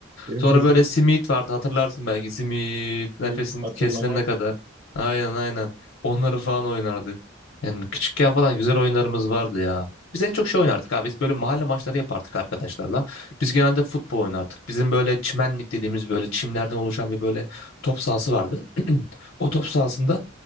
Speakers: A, on the right; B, on the left.
A: Benim
B: Sonra
A: çocuğum
B: böyle simit vardı hatırlarsın belki. Simit
A: kiremit
B: nefesin
A: hatırlamaz.
B: kesilene kadar. Aynen aynen. Onları falan oynardık. Yani küçükken falan güzel oyunlarımız vardı ya. Biz en çok şey oynardık abi. Biz böyle mahalle maçları yapardık arkadaşlarla. Biz genelde futbol oynardık. Bizim böyle çimenlik dediğimiz böyle çimlerden oluşan bir böyle top sahası vardı. <clears throat> O top sahasında